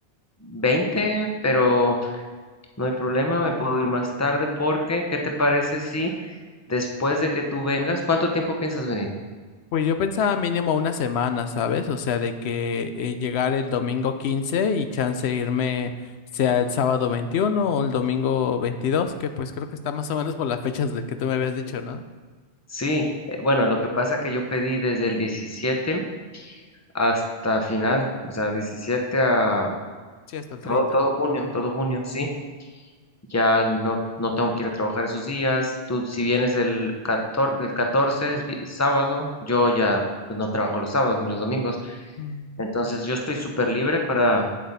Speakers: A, on the left (about 15°); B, on the left (about 80°).
A: veinte pero... No hay problema, me puedo ir más tarde porque, ¿qué te parece si después de que tú vengas, cuánto tiempo piensas venir?
B: Pues yo pensaba mínimo una semana, ¿sabes? O sea, de que eh, llegar el domingo 15 y chance irme sea el sábado 21 o el domingo 22, que pues creo que está más o menos por las fechas de que tú me habías dicho, ¿no?
A: Sí, eh, bueno, lo que pasa que yo pedí desde el 17 hasta final, o sea, 17 a
B: Sí, hasta el
A: todo,
B: 30.
A: todo junio, todo junio,
B: Ujú.
A: sí. Ya no, no tengo que ir a trabajar esos días. Tú, si vienes el 14, el 14 es vi- sábado, yo ya pues, no trabajo los sábados ni los domingos.
B: Mm,
A: Entonces, yo estoy súper libre para